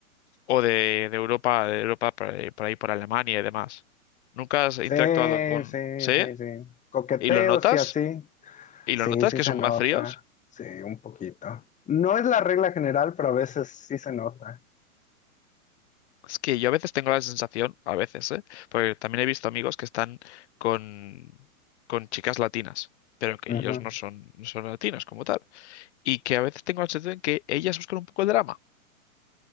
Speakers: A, on the left; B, on the left.
A: o de, de Europa, de Europa por ahí, por ahí, por Alemania y demás. ¿Nunca has interactuado
B: Sí,
A: con...
B: sí,
A: ¿Sí?
B: sí, sí. Coqueteo,
A: ¿Y lo notas?
B: sí, así.
A: ¿Y
B: Sí,
A: lo notas
B: sí
A: que
B: se
A: son
B: nota.
A: más fríos?
B: Sí, un poquito. No es la regla general, pero a veces sí se nota.
A: Es que yo a veces tengo la sensación, a veces, ¿eh? Porque también he visto amigos que están con, con chicas latinas, pero que
B: Ujú.
A: ellos no son, no son latinos como tal. y que a veces tengo la sensación de que ellas buscan un poco el drama.